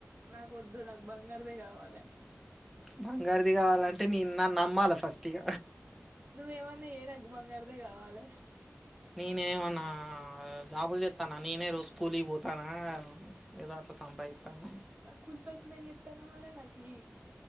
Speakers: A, on the right; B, in the centre.
A: నాక్ ఒద్దు నాక్ బంగార్దే కావాలే
B: బంగార్ది గావాలంటే నీన్ నన్ అమ్మాల ఫస్ట్ ఇగ
A: నువ్ ఏమన్న జెయ్ నాక్ బంగార్దే గావాలే
B: నీన్ ఏమన్న జాబులు జెతన్ నా నేనే రోజ్ కూలికి పోతానా ఏదో అట్ల సంపాయితానా
A: ఆ కూల్ పైసల్ ఏం జేతన్నవ్ మరె నా కీ